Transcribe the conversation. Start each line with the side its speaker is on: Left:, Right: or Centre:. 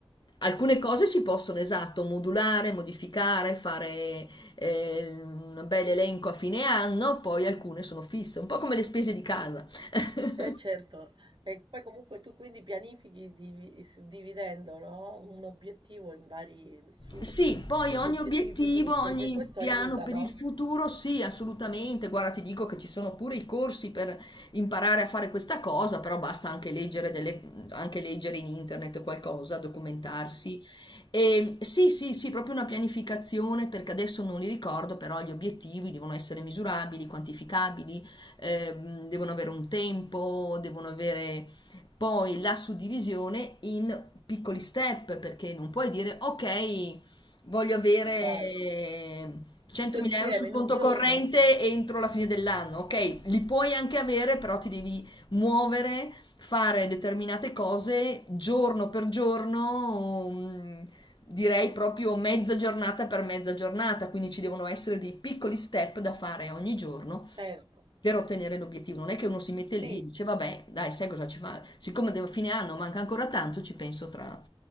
Left: alcune cose si possono, esatto, modulare, modificare, fare eh, un bel elenco a fine anno, poi alcune sono fisse, un po' come le spese di casa. <laughs>
Right: Eh certo, e poi comunque tu quindi pianifichi divi- suddividendo, no? Un obiettivo in vari su-
Left: Sì, poi
Right: subobiettivi
Left: ogni obiettivo,
Right: più piccoli,
Left: ogni
Right: che questo
Left: piano
Right: aiuta,
Left: per
Right: no?
Left: il futuro, sì, assolutamente. Guarda, ti dico che ci sono pure i corsi per imparare a fare questa cosa, però basta anche leggere, delle- anche leggere in internet qualcosa, documentarsi. E, sì, sì, sì, proprio una pianificazione, perché adesso non li ricordo, però gli obiettivi devono essere misurabili, quantificabili, ehm, devono avere un tempo, devono avere poi la suddivisione in piccoli step, perché non puoi dire, ok. Voglio avere
Right: Va-
Left: 100.000
Right: tutto insieme
Left: euro sul
Right: in
Left: conto
Right: un giorno.
Left: corrente entro la fine dell'anno. Ok, li puoi anche avere, però ti devi muovere, fare determinate cose giorno per giorno, mm, direi proprio mezza giornata per mezza giornata. Quindi ci devono essere dei piccoli step da fare ogni giorno
Right: Certo,
Left: per ottenere l'obiettivo. Non è che uno si mette lì
Right: sì,
Left: e dice, vabbè, dai, sai cosa ci fa? Siccome devo- fine anno manca ancora tanto, ci penso tra,